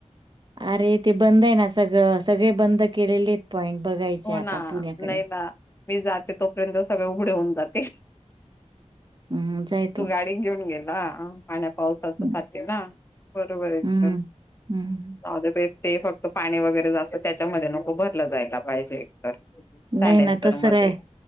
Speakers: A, on the right; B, on the left.
A: अरे ते बंद आहे ना सगळं सगळे बंद केलेले आहेत पॉईंट बघायचे
B: हो ना
A: आता पुण्याकडे
B: नाही ना मी जाते तोपर्यंत सगळे उघडे होऊन जाते.
A: हम्म जाय.
B: तू गाडी घेऊन गेला पाण्या पावसाच्या
A: हम्म
B: कश्याला? बरोबर तूज.
A: हम्म हम्म
B: <inaudible> फक्त पाणी वगैरे जास्तं त्याच्यामध्ये नको भरलं जायला पाहिजे सायलेन्सर
A: नाही ना तसं
B: मध्ये
A: नाय.